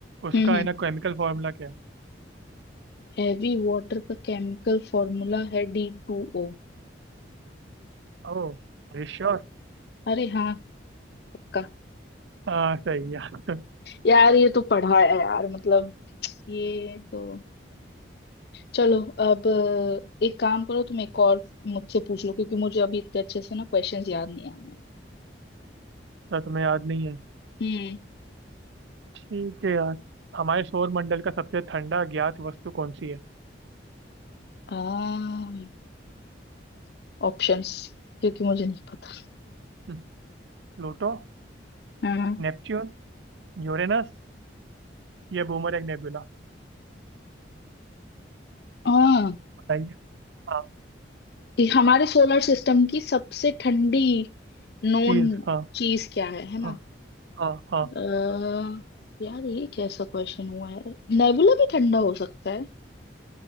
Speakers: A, on the right (about 70°); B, on the left (about 55°).
A: उसका
B: हम्म हम्म।
A: है ना केमिकल फॉर्मूला क्या है
B: हैवी वाटर का केमिकल फॉर्मूला है डी टू ओ
A: ओ श्योर
B: अरे हाँ पक्का
A: हाँ सही है अच्छा
B: यार ये तो पढ़ा है यार मतलब ये तो चलो अब अ, एक काम करो तुम एक और मुझसे पूछ लो क्योंकि मुझे अभी इतने अच्छे से ना क्वेश्चंस याद नहीं आ रहे हैं।
A: तुम्हें याद नहीं है
B: हम्म
A: ठीक है यार हमारे सौर मंडल का सबसे ठंडा ज्ञात वस्तु कौन सी है
B: आ ऑप्शंस क्योंकि मुझे नहीं पता
A: हम्म, प्लूटो
B: हाँ
A: नेपच्यून यूरेनस या बूमरैंग नेबुला
B: हाँ,
A: बताइए हाँ
B: ये हमारे सोलर सिस्टम की सबसे ठंडी नोन
A: चीज हाँ
B: चीज क्या है है ना
A: हाँ हाँ हाँ
B: अह, यार ये कैसा क्वेश्चन हुआ है नेबुला भी ठंडा हो सकता है